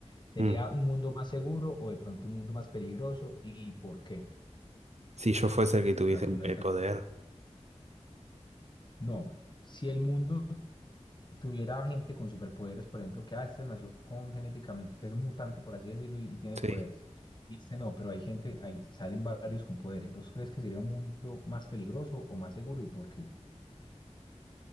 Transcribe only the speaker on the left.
¿sería
un mundo más seguro o de pronto un mundo más peligroso y por qué?
Argumenta
tú. No, si el mundo tuviera gente con superpoderes, por ejemplo, que ah, este nació con genéticamente, que es un mutante, por así decirlo, y, y tiene
poderes. Y este no, pero hay gente, ahí salen varios con poderes. ¿Vos crees que sería un mundo más peligroso o más seguro y por qué?